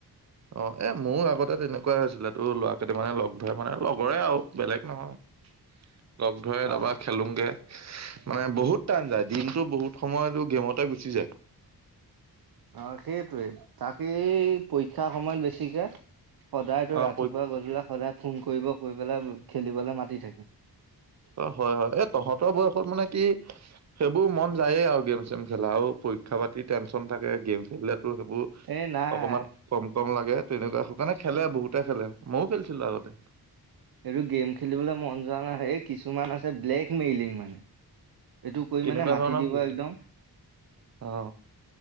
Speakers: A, on the right (about 45°); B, on the right (about 65°).
A: অ', এ মোৰো আগতে তেনেকুৱাই হৈছিলে তো, ল'ৰাকেইটা মানে লগ ধৰে মানে লগৰে আও বেলেগ নহয়।
B: <inaudible>
A: লগ ধৰে
B: অ
A: তাৰপা খেলোঙগে মানে বহুত টাইম যায়, দিনটোৰ বহুত সময়টো গেমতে গুচি যায়।
B: আ', সেইটোৱেই তাকেই পৰীক্ষাৰ সময়ত বেছিকে সদায় তোৰ
A: অ
B: ৰাতিপুৱা
A: পৰীক্ষা
B: গধূলা সদায় ফোন কৰিব, কৰি পেলাই খেলিবলে মাতি থাকে।
A: অ' হয় হয়, এ তহঁতৰ বয়সত মানে কি সেইবোৰ মন যায়েই আও গেম-চেম খেলা আৰু পৰীক্ষা পাতি টেনচন থাকে, গেম খেলিলো তোৰ সেইবোৰ
B: এ নাই
A: অকমান কম-কম লাগে। তেনেকুৱা, সেইকাৰণে খেলে বহুতে খেলে। মইও খেলিছিলো আগতে।
B: এইটো গেম খেলিবলে মন যোৱা নাই, এই কিছুমান আছে ব্লেক মেইলিং মানে। এইটো কৰি
A: কেনেকুৱা
B: মানে মাতি
A: ধৰণৰ
B: দিব
A: বিলাক
B: একদম,
A: অ